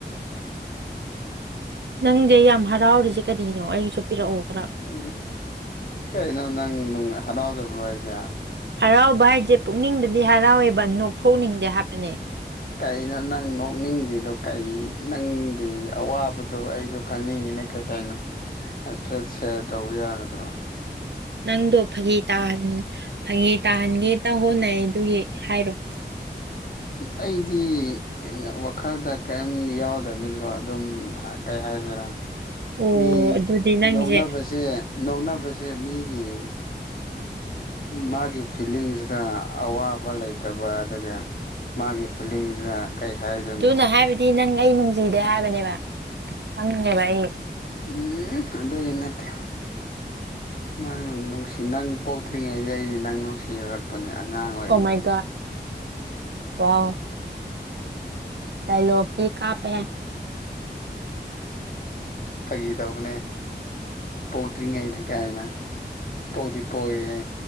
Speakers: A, on the right (about 75°); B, on the left (about 55°).
A: ꯅꯪꯁꯦ ꯌꯥꯝ ꯍꯔꯥꯎꯔꯤꯁꯦ ꯀꯔꯤꯅꯣ ꯑꯩꯒꯤꯁꯨ ꯄꯤꯔꯛꯑꯣ ꯈꯔ
B: ꯎꯝ ꯀꯩꯩꯅꯣ ꯅꯪ ꯍꯔꯥꯎꯗꯕ꯭ꯔꯣ ꯑꯩꯖꯦ
A: ꯍꯔꯥꯎꯕ ꯍꯥꯏꯁꯦ ꯄꯨꯛꯅꯤꯡꯗꯗꯤ ꯍꯔꯥꯎꯋꯦꯕ ꯅꯣꯛꯊꯣꯛꯅꯤꯡꯗꯦ ꯍꯥꯏꯕꯅꯦ
B: ꯀꯩꯅꯣ ꯅꯪ ꯅꯣꯛꯅꯤꯡꯗ꯭ꯔꯤꯗꯣ ꯀꯩ ꯅꯪꯒꯤ ꯑꯋꯥꯕꯗꯨꯣ ꯑꯩꯁꯨ ꯈꯪꯅꯤꯡꯉꯤꯅꯦ ꯀꯩ ꯀꯩꯅꯣ ꯑꯆꯥꯦ ꯁ ꯇꯧꯕ ꯌꯥꯒꯗ꯭ꯔꯣ
A: ꯅꯪꯗꯣ ꯐꯥꯒꯤ ꯇꯍ ꯐꯥꯒꯤ ꯇꯥꯍꯥꯟꯒꯦ ꯇ ꯍꯣꯠꯅꯩ ꯑꯗꯨꯒꯤ ꯍꯥꯏꯔꯣꯏ
B: ꯑꯩꯗꯤ ꯋꯥꯈꯜꯗ ꯀꯔꯤꯝ ꯌꯥꯎꯗꯕꯅꯤꯅꯀꯣ ꯑꯗꯨꯝ ꯀꯩ ꯍꯥꯏꯁꯤꯔꯥ
A: ꯑꯣ
B: ꯃꯤ
A: ꯑꯗꯨꯗꯤ ꯅꯪꯁꯦ
B: ꯅꯧꯅꯕꯁꯦ ꯅꯣꯛꯅꯕꯁꯦ ꯃꯤꯒꯤ ꯃꯥꯒꯤ ꯐꯤꯂꯤꯡꯁꯤꯗ ꯑꯋꯥꯕ ꯂꯩꯇꯕ ꯑꯗꯨꯒ ꯃꯥꯒꯤ ꯐꯤꯂꯤꯡꯁꯤꯗ ꯀꯩ ꯍꯥꯏꯗꯣꯏꯅꯣ
A: ꯑꯗꯨꯅ ꯍꯥꯏꯕꯗꯤ ꯅꯪ ꯑꯩ ꯅꯨꯡꯁꯤꯗꯦ ꯍꯥꯏꯕꯅꯦꯕ ꯈꯪꯅꯦꯚꯥꯏ
B: ꯎꯝ ꯑꯗꯨꯒꯤ ꯅꯠꯇꯦ ꯅꯪ ꯅꯨꯡꯁꯤ ꯅꯪ ꯄꯣꯛꯇ꯭ꯔꯤꯉꯩꯗ ꯑꯩꯗꯤ ꯅꯪ ꯅꯨꯡꯁꯤꯖꯔꯛꯄꯅꯦ ꯑꯉꯥꯡꯉ ꯑꯣꯏꯔꯤꯉꯅꯤ
A: ꯑꯣ ꯃꯥꯏ ꯒꯣꯠ ꯋꯥꯎ ꯗꯥꯏꯂꯣꯛꯇꯤ ꯀꯥꯞꯄꯦ
B: ꯐꯥꯒꯤ ꯇꯧꯕꯅꯦ ꯄꯣꯛꯇ꯭ꯔꯤꯉꯩꯗ ꯀꯥꯏꯅ ꯄꯣꯛꯇꯤ ꯄꯣꯛꯏꯍꯦ